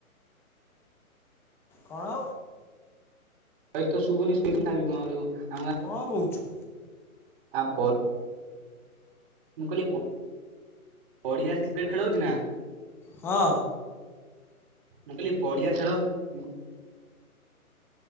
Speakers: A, in the centre; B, on the right.
A: କଣ?
B: <unintelligible>
A: କଣ କହୁଛୁ?
B: ଆ ପ ମୁଁ କହିଲି ପ-ପଡିଆରେ କ୍ରିକେଟ୍ ଖେଳ ହୋଉଛି ନା?
A: ହଁ।
B: ମୁଁ କହିଲି ପଡ଼ିଆ ଖେଳ ମୁଁ